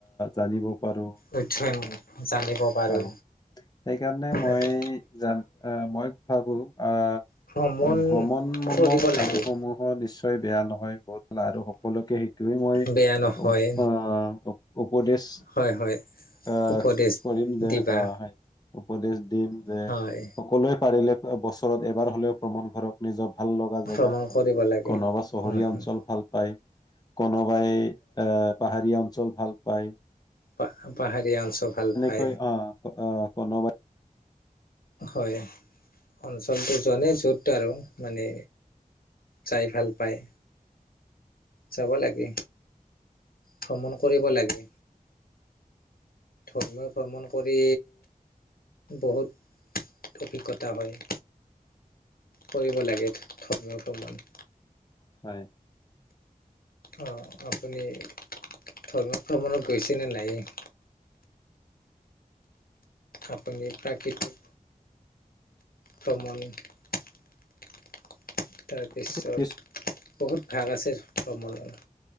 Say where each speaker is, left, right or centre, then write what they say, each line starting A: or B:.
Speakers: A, on the left; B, on the left.
A: জানিব পাৰোঁ।
B: অধ্যয়ন জানিব পাৰো
A: হয় সেইকাৰণে মই
B: আৰু
A: জান মই ভাবো অ
B: ভ্ৰমণ
A: ভ্ৰমণমূলক
B: কৰিব
A: কামসমূহৰ
B: লাগে
A: নিশ্চয় নি বেয়া নহয় বহুত আৰু সকলোকে সেইটয়ে মই
B: বেয়া নহয়
A: আহ উপদেশ
B: হয় হয়
A: আহ
B: উপদেশ
A: যে
B: দিবা
A: অ উপদেশ দিম যে
B: হয়
A: সকলোৱে পাৰিলে বস ওচৰত এবাৰ হলেও প্ৰমণ ঘৰক নিজৰ ভাল লগা জেগাত
B: ভ্ৰমণ কৰিব লাগে
A: কোনোবা চহৰীয়া
B: উম হম
A: অঞ্চল ভাল পায় কোনোবাই এ পাহাৰীয়া অঞ্চল ল ভাল পায়
B: প পাহাৰীয়া অঞ্চ ভাল পায়
A: অ-অ কনব
B: হয় অঞ্চলটো জনে য'ত আৰু মানে যাই ভাল পায় চাব লাগে। ভ্ৰমণ কৰিব লাগে ধৰ্মীয়ই ভ্ৰমণ কৰি বহুত অভিজ্ঞতা হয় কৰিব লাগে ধৰ্মীয় ভ্ৰমণ
A: হয়
B: অঁ আপুনি ভ্ৰমণত গৈছেনে নাইেই আপুনি পাকৃতিক ধমণ তাৰপিছত
A: প্ৰাকৃতিক দৃশ্য
B: বহুত ভাগ আছে ভমণৰ